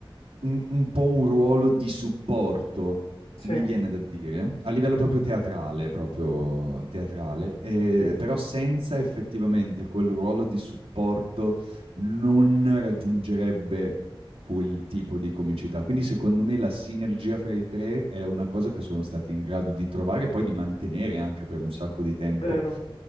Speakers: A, on the right; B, on the left.
A: un, un po' un ruolo di supporto,
B: Sì,
A: mi viene da dire, a livello proprio teatrale, proprio teatrale, eh,
B: sì,
A: però senza effettivamente quel ruolo di supporto non raggiungerebbe quel tipo di comicità. Quindi secondo me la sinergia fra i tre è una cosa che sono stati in grado di trovare e poi di mantenere anche per un sacco di tempo,
B: vero,